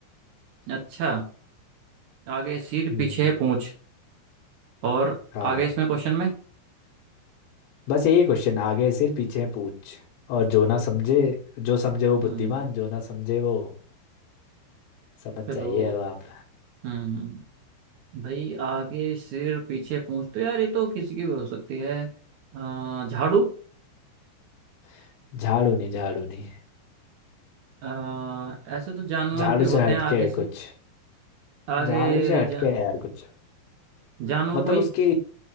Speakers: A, on the right; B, on the left.
A: अच्छा आगे सिर
B: हम्म
A: पीछे पूंछ और
B: हाँ
A: आगे इसमें क्वेश्चन में
B: बस यही क्वेश्चन आगे है सिर पीछे है पूंछ और जो ना समझे जो समझे वो बुद्धिमान
A: हम्म
B: जो ना समझे वो समझ
A: चलो
B: जाइए अब आप
A: हम्म हम्म। भाई आगे सिर पीछे पूंछ तो यार ये तो किसी की भी हो सकती है अ, झाड़ू
B: <laughs> झाड़ू नहीं झाड़ू नहीं
A: आ, ऐसे तो जानवर
B: झाड़ू
A: भी होते
B: से हटके
A: हैं आगे
B: है
A: से
B: कुछ
A: आगे
B: झाड़ू से हटके
A: जा,
B: है यार कुछ
A: जानवर
B: मतलब
A: कोई
B: उसकी